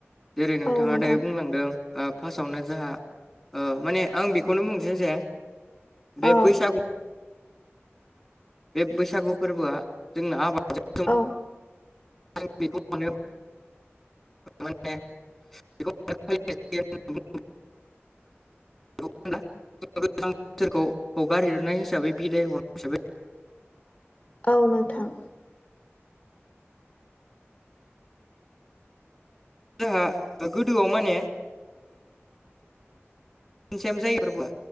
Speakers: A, in the centre; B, on the left.
A: जेरै नोंथाङा
B: औ नोंथां
A: दायो बुंलांदों फार्स्टआवनो जों माने आं बेखौनो बुंसै जे बे
B: औ
A: बैसागु बे बैसागु फोरबोआ जोंना आबाद
B: औ
A: आं बेखौ मानो माने <unintelligible>
B: <inaudible>
A: फोरखौ हगारहेरनाय हिसाबै बिदाय हरनाय हिसाबै
B: औ नोंथां
A: जोंहा गोदोआव माने नसेम जायोफोरबोआ